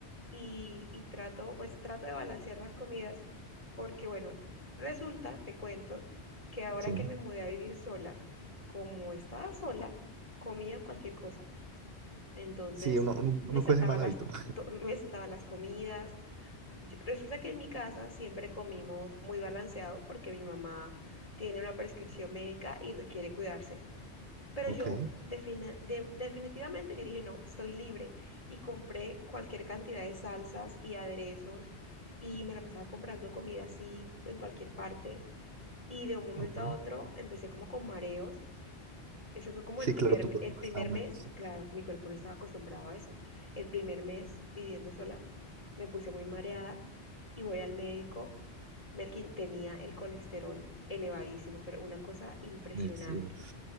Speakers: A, on the left; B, on the right.
A: y, y trato, pues trato de balancear las comidas porque bueno, resulta, te cuento, que ahora
B: Sí,
A: que me mudé a vivir sola, como estaba sola, comía cualquier cosa. Entonces
B: sí, uno, uno, uno
A: me saltaba
B: con ese mal
A: las,
B: hábito.
A: co-
B: <laughs>
A: to- me saltaba las comidas Yo- Resulta que en mi casa siempre comimos muy balanceado porque mi mamá tiene una prescripción médica y requiere cuidarse. Pero
B: Ok,
A: yo defina- de- definitivamente yo dije, no, estoy libre y compré cualquier cantidad de salsas y aderezos y me la pasaba comprando comida así en cualquier parte. Y de un momento
B: ok.
A: a otro empecé como con mareos eso fue como
B: Sí,
A: el primer,
B: claro, tu
A: me-
B: cuerpo
A: el
B: no
A: primer
B: está muy
A: mes,
B: acostumbrado
A: claro, mi cuerpo no estaba acostumbrado a eso. El primer mes viviendo sola, me puse muy mareada y voy al médico. Melkin tenía el colesterol elevadísimo, pero una cosa impresionante.
B: en el cielo.